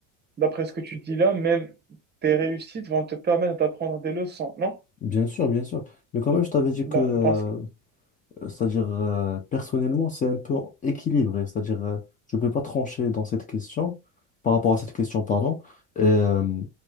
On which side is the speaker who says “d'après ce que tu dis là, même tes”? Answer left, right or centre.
Right